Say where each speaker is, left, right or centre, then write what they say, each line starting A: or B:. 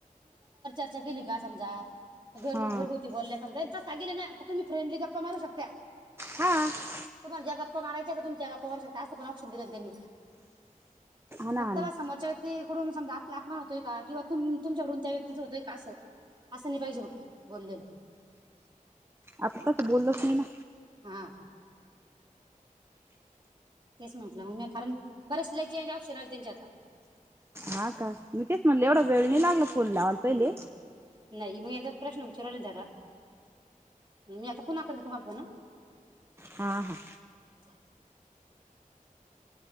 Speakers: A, on the right (about 35°); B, on the right (about 15°).
A: क निघा समजा. घर
B: हा
A: घरगुती बोलण्या सांगत्यात. सांगले ना का तुम्ही फ्रेंडली गप्पा मारू शकता.
B: हा हा
A: तुम्हाला ज्या गप्पा मारायच्याय का तुमही त्या गप्पा मारू शकता. असं पण ऑप्शन दिलं ना त्यांनी.
B: ना
A: फक्त
B: हा ना
A: बा समोरच्या व्यक्तीकडून. समजा आपला आपमान होतोय का किंवा तुमच्या कडून त्या व्यक्तीचा होतोय का. असं असं नाही पाहिजे फक्त बोललेलं.
B: आपण तस बोललोच नाही ना.
A: हा. तेच म्हटलं मग कारण बरेच लई चेंज ऑप्शन आले त्यांच्ये आता.
B: हा का मी तेच म्हणले एवढा वेळ नि लागला. फोन लावायला पहिले
A: हम्म नाही मेजत. प्रश्न विचाराले जादा मी आता पुना करते तुम्हाला फोन हा.
B: हा हा.
A: <inaudible>